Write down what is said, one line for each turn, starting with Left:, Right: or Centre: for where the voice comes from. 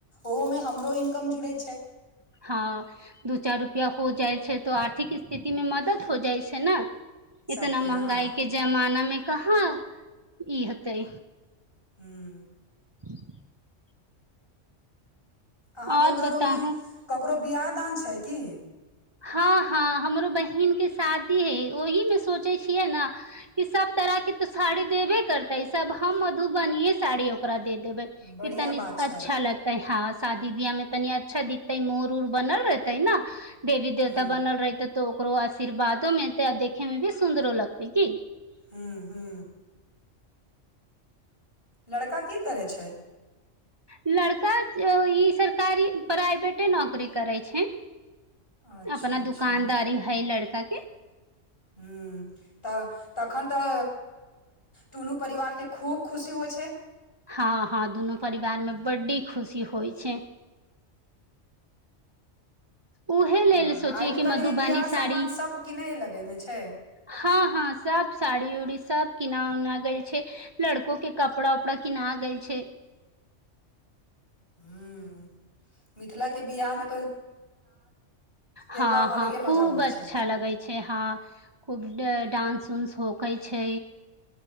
Left: ओहोमे हमरो इनकम जुड़ैय छै
Right: हँ दू चार रुपआ हो जाइ छै तऽ आर्थिक स्थिति मे मदद हो जाइ छै ने
Left: सभके
Right: इतना महँंगाई
Left: हँ
Right: के जमानामे कहाँ ई हेतै
Left: ह्म
Right: <inaudible>
Left: अहाँके
Right: और
Left: घरोमे
Right: बताहु
Left: क ओकरो बिआाह दान छै की
Right: हँ हँ हमरो बहिन के शादी है ओहि मे सोचे छियै ने कि सब तरह के तो साड़ी देबे करते सब हम मधुबने साड़ी ओकरा दे दे देबै कितनी
Left: बढ़ियाँ बात छै,
Right: अच्छा लगता है हँ शादी बियाह मे तनी अच्छा दिखतै मोर उर बनल रहतै ने देवी देवता
Left: हुँ।
Right: बनल रहहिते तो ओकरो आशीर्वादो मिलतेै आ देखे में भी सुन्दरो लगतै की
Left: ह्म हू लड़का की करै छै
Right: लड़का ई सरकारी प्राइवेटे नौकरी करैय छै
Left: अच्छा,
Right: अपना
Left: अच्छा,
Right: दुकानदारी है लड़का के
Left: ह तऽ तखन तऽ टुनू परिवारके खूब खुशी होइ छै
Right: हँ हँ दुनू परिवार मे बड्डी खुशी होइ छै उहे लेल
Left: अँ,
Right: सोचिय
Left: आइ
Right: क
Left: काल्हि
Right: मधुबनीी
Left: ही बियाह
Right: साड़ी
Left: सामान सब किनय लगैमे छै।
Right: हँ हँ सब साड़ी उड़ी सब किना उना गेल छै लड़को के कपड़ा उपड़ा किना गेल छै
Left: ह मिथिला के बियाह मे
Right: हँ
Left: तऽ
Right: हँ
Left: अलगे
Right: खूब
Left: मजा होइ
Right: अच्छा
Left: छै।
Right: लगै छै हँ खूब डान्स उंस होक छै